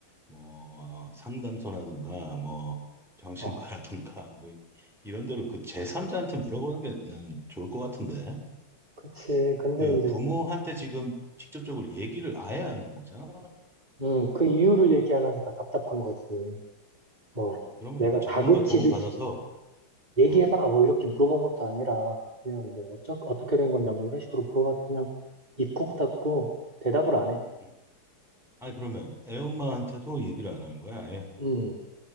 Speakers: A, in the centre; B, on the right.
A: 뭐, 어, 상담소라든가, 뭐, 정신과라든가,
B: 어,
A: 뭐, 이런 데로 그 제3자한테 물어보는 게 나는 좋을 것 같은데.
B: 그치. 근데
A: 그
B: 이제,
A: 부모한테 지금 직접적으로 얘기를 아예 안 하는 거잖아.
B: 음, 그 이유를 얘기 안 하니까 답답한 거지.
A: 어,
B: 뭐,
A: 그러면
B: 내가
A: 뭐 전문가
B: 다그치듯이
A: 도움 받아서
B: 얘기해봐
A: 어,
B: 뭐 이렇게 물어본 것도 아니라 그냥 뭐 어쩌, 어떻게 된 거냐 뭐 이런 식으로 물어봐도 그냥 입국 닫고 대답을 안 해.
A: 음. 아니 그러면 애엄마한테도 얘기를 안 하는 거야, 아예?
B: 음,